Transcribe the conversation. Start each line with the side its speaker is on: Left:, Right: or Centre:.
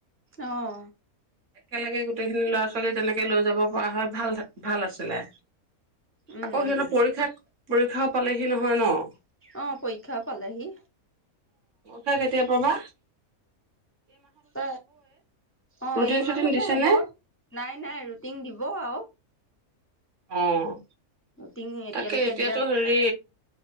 Left: অহ।
Right: একেলগে গোটেইখিনি ল'ৰা-ছোৱালী তেনেকে লৈ যাব পৰা হয় ভাল ভাল আছিলে।
Left: উম
Right: আকৌ সিহঁনে
Left: উম
Right: পৰীক্ষা পৰীক্ষাও পালেহি নহয় ন'।
Left: অ', পৰীক্ষা পালেহি।
Right: কা কেতিয়া পা বা?
Left: ত অ',
Right: ৰুটিন
Left: এই
Right: চুটিন
Left: মাহতে
Right: দিছে
Left: হ'ব
Right: নে
Left: নাই নাই ৰুটিন দিব আৰু।
Right: অ'।
Left: ৰুটিন এতিয়ালৈকে
Right: তাকে এতিয়াতো
Left: দিয়া নাই।
Right: হেৰি